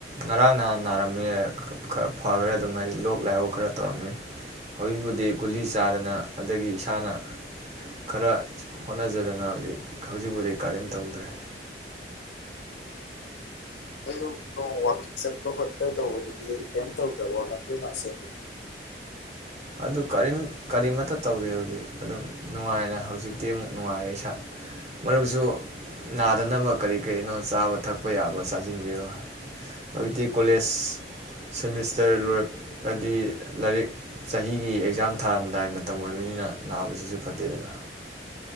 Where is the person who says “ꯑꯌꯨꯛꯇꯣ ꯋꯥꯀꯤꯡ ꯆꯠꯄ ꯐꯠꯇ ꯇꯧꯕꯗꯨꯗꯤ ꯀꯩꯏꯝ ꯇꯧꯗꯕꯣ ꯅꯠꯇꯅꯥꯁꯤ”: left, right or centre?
Left